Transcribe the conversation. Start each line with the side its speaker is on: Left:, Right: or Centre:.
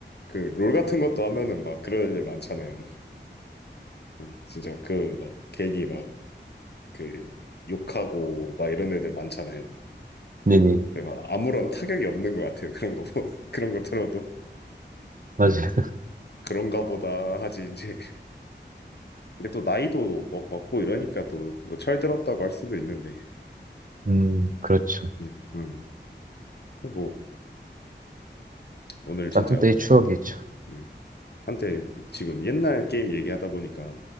Left: 그 롤 같은 것도 하면은 막 그런 애들 많잖아요. 응. 진짜 그 막 괜히 막 그 욕하고 막 이런 애들 많잖아요.
Right: 네네,
Left: 근데 막 아무런 타격이 없는 것 같아요. 그런 거 보- <laughs> 그런 거 들어도
Right: 맞아요.
Left: 그런가 보다 하지 이제. 근데 또 나이도 막 먹고 이러니까 또 뭐 철들었다고 할 수도 있는데.
Right: 음, 그렇죠.
Left: 음. 음. 뭐 오늘
Right: 다
Left: 진짜
Right: 한때의
Left: 뭐
Right: 추억이죠.
Left: 네. 한때 지금 옛날 게임 얘기하다 보니까